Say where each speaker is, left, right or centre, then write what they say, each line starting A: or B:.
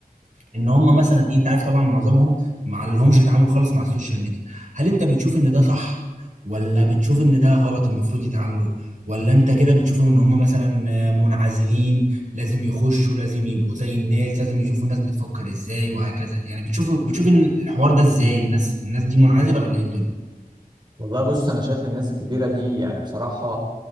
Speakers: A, on the right; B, on the right.
A: ان هم مثلا ايه انت عارف طبعا معظمهم ما لهمش تعامل خالص مع السوشيال ميديا هل انت بتشوف ان ده صح ولا بتشوف ان ده غلط المفروض يتعاملوا ولا انت كده بتشوفهم ان هم مثلا آه، منعزلين لازم يخشوا لازم يبقوا زي الناس لازم يشوفوا الناس بتفكر ازاي وهكذا يعني بتشوف بتشوف ان الحوار ده ازاي الناس الناس دي منعزلة ولا ايه الدنيا
B: والله بص انا شايف الناس الكبيره دي يعني بصراحه